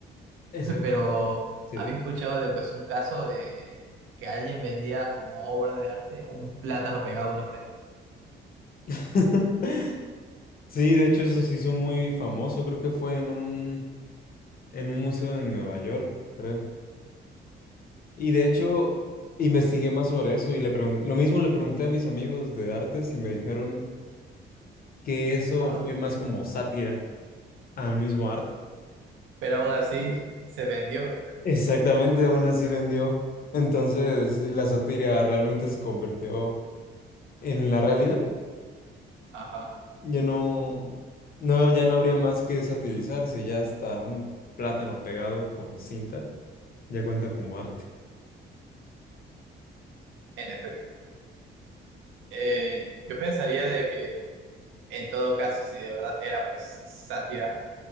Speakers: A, on the left (about 50°); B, on the right (about 80°).
A: <laughs> Exactamente.
B: <laughs> pero
A: Sí.
B: había escuchado de pues un caso de que alguien vendía como obra de arte un plátano pegado a una pared.
A: <laughs> Sí, de hecho eso se hizo muy famoso, creo que fue en un, en un museo en Nueva York, creo. Y de hecho investigué más sobre eso y le pregun- lo mismo le pregunté a mis amigos de artes y me dijeron que eso
B: Ah.
A: fue más como sátira al mismo arte.
B: Pero aún así se vendió.
A: Exactamente, aún así vendió. Entonces, la sátira realmente se convirtió en la realidad.
B: Ajá,
A: Ya no, no, ya no habría más que satirizarse, ya hasta un plátano pegado con cinta ya cuenta como arte.
B: en efecto. Eh, yo pensaría de que en todo caso, si de verdad era pues sátira,